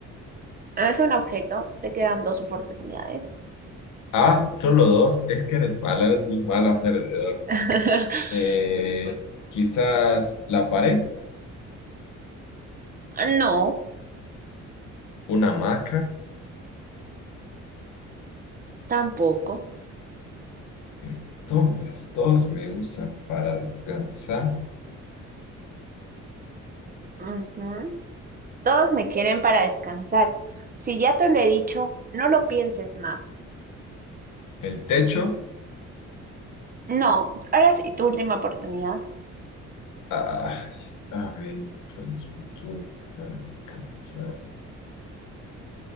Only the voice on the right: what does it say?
Es un objeto, te quedan dos oportunidades.
<laughs>
Bueno,
no,
tampoco.
Ujú. Todos me quieren para descansar. Si ya te lo he dicho, no lo pienses más.
No, ahora sí, tu última oportunidad.